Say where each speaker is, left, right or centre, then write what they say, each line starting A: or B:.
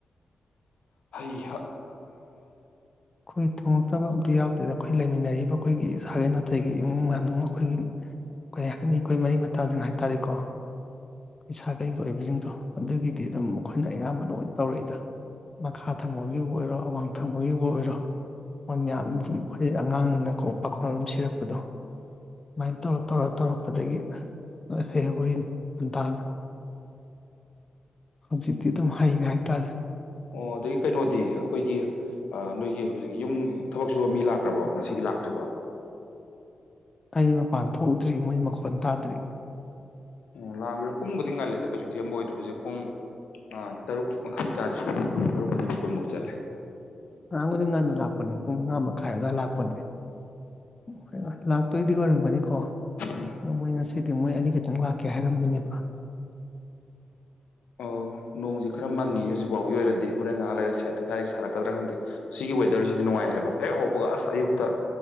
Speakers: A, on the left; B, on the left.
A: ꯍꯩꯍꯥ
B: ꯑꯩꯈꯣꯏ ꯊꯣꯉꯛꯇꯕ ꯑꯃꯠꯇꯥ ꯌꯥꯎꯗꯦꯗ ꯑꯩꯈꯣꯏ ꯂꯩꯃꯤꯟꯅꯔꯤꯕ ꯑꯩꯈꯣꯏꯒꯤ ꯁꯒꯩ ꯅꯥꯇꯩꯒꯤ ꯏꯃꯨꯡ ꯃꯅꯨꯡ ꯑꯩꯈꯣꯏꯒꯤ ꯀꯩ ꯍꯥꯏꯅꯤ ꯑꯩꯈꯣꯏ ꯃꯔꯤ ꯃꯇꯥꯁꯤꯡ ꯍꯥꯏꯇꯥꯔꯦꯀꯣ ꯁꯒꯩꯒꯤ ꯑꯣꯏꯕꯁꯤꯡꯗꯣ ꯑꯗꯨꯒꯤꯗꯤ ꯑꯗꯨꯝ ꯈꯣꯏꯅ ꯑꯌꯥꯝꯕ ꯂꯣꯏ ꯇꯧꯔꯛꯏꯗꯥ ꯃꯈꯥ ꯊꯪꯕꯒꯤꯕꯨ ꯑꯣꯏꯔꯣ ꯑꯋꯥꯡ ꯊꯪꯕꯒꯤꯕꯨ ꯑꯣꯏꯔꯣ ꯑꯥ ꯈꯣꯏ ꯃꯌꯥꯝ ꯑꯗꯨꯝ ꯑꯩꯈꯣꯏ ꯑꯉꯥꯡꯅꯤꯅꯀꯣ ꯄꯥꯈꯣꯟ ꯑꯗꯨꯝ ꯁꯤꯔꯛꯄꯗꯣ ꯃꯥꯏꯅ ꯇꯧꯔ ꯇꯧꯔ ꯇꯧꯔꯛꯄꯗꯒꯤ ꯍꯩꯍꯧꯔꯤꯅꯤ ꯉꯟꯇꯥꯅ ꯍꯧꯖꯤꯛꯇꯤ ꯑꯗꯨꯝ ꯍꯩꯔꯦ ꯍꯥꯏꯇꯥꯔꯦ
A: ꯑꯣ ꯑꯗꯨꯒꯤ ꯀꯩꯅꯣꯗꯤ ꯑꯩꯈꯣꯏꯒꯤ ꯑꯥ ꯅꯣꯏꯒꯤ ꯍꯧꯖꯤꯛ ꯌꯨꯝ ꯊꯕꯛ ꯁꯨꯕ ꯃꯤ ꯂꯥꯛꯈ꯭ꯔꯕꯣ ꯉꯁꯤꯒꯤ ꯂꯥꯛꯇ꯭ꯔꯤꯕꯣ
B: ꯑꯩ ꯃꯄꯥꯟ ꯊꯣꯛꯎꯗ꯭ꯔꯤ ꯃꯣꯏ ꯃꯈꯣꯟ ꯇꯥꯗ꯭ꯔꯤ
A: ꯑꯣ ꯂꯥꯛꯑꯝꯈꯤꯔꯣꯏ ꯄꯨꯡꯕꯨꯗꯤ ꯉꯜꯂꯤꯗ ꯀꯩꯁꯨ ꯊꯦꯡꯕ ꯑꯣꯏꯗ꯭ꯔꯣ ꯍꯧꯖꯤꯛ ꯄꯨꯡ ꯑꯥ ꯇꯔꯨꯛ ꯃꯈꯥꯏ ꯇꯥꯗ꯭ꯔꯤ ꯇꯔꯨꯛ ꯅꯨ ꯃꯤꯠ ꯀꯨꯟꯃꯨꯛ ꯆꯠꯂꯦ
B: ꯅꯍꯥꯟ ꯈꯩꯗꯤ ꯉꯟꯅ ꯂꯥꯛꯄꯅꯦ ꯄꯨꯡ ꯃꯉꯥ ꯃꯈꯥꯏ ꯑꯗꯨꯋꯥꯏ ꯂꯥꯛꯄꯅꯦ ꯍꯣꯏ ꯍꯣꯏ ꯂꯥꯛꯇꯣꯏꯗꯤ ꯑꯣꯏꯔꯝꯒꯅꯤꯀꯣ
A: ꯎꯝ
B: ꯑꯗꯣ ꯃꯣꯏ ꯉꯁꯤꯗꯤ ꯃꯣꯏ ꯑꯅꯤꯈꯛꯇꯪ ꯂꯥꯛꯀꯦ ꯍꯥꯏꯔꯝꯕꯅꯦꯕ
A: ꯑꯣ ꯅꯣꯡꯁꯦ ꯈꯔ ꯃꯪꯉꯤ ꯍꯧꯖꯤꯛꯐꯥꯎꯒꯤ ꯑꯣꯏꯅꯗꯤ ꯍꯣꯔꯦꯟ ꯉꯥꯏꯍꯥꯛ ꯂꯩꯔꯒ ꯁꯦꯠ ꯀꯥꯏ ꯁꯥꯔꯛꯀꯗ꯭ꯔꯥ ꯈꯪꯗꯦ ꯁꯤꯒꯤ ꯋꯦꯗꯔꯁꯤꯗꯤ ꯅꯨꯡꯉꯥꯏ ꯍꯥꯏꯕ ꯍꯦꯛ ꯍꯧꯕꯒ ꯑꯁ ꯑꯌꯨꯛꯇ